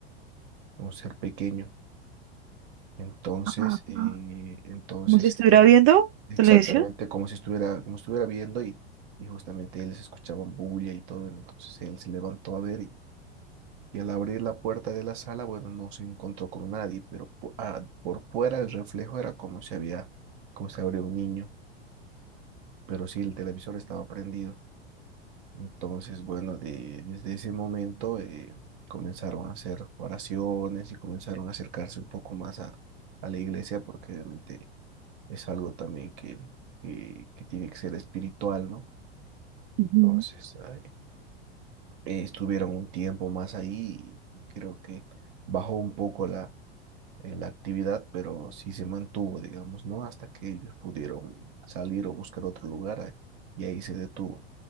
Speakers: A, on the right; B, on the right.
A: un ser pequeño. Entonces,
B: Ah,
A: eh,
B: ah.
A: entonces
B: Como si estuviera
A: él
B: viendo
A: exactamente
B: televisión.
A: como si estuviera, como estuviera viendo y, y justamente ellos escuchaban bulla y todo, entonces él se levantó a ver y, y al abrir la puerta de la sala, bueno, no se encontró con nadie, pero po- ah, por fuera el reflejo era como si había, como si habría un niño. pero sí, el televisor estaba prendido. Entonces, bueno, de- desde ese momento eh, comenzaron a hacer oraciones y comenzaron a acercarse un poco más a, a la iglesia porque obviamente es algo también que, que, que tiene que ser espiritual, ¿no? Entonces,
B: Ujú.
A: ay, eh, estuvieron un tiempo más ahí y creo que bajó un poco la, eh, la actividad, pero sí se mantuvo, digamos, ¿no? Hasta que ellos pudieron salir o buscar otro lugar ahí, y ahí se detuvo.